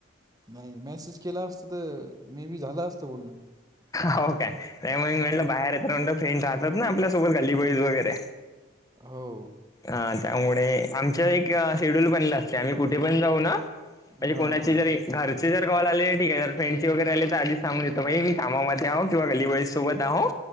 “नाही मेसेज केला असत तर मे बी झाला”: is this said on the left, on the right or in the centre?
Right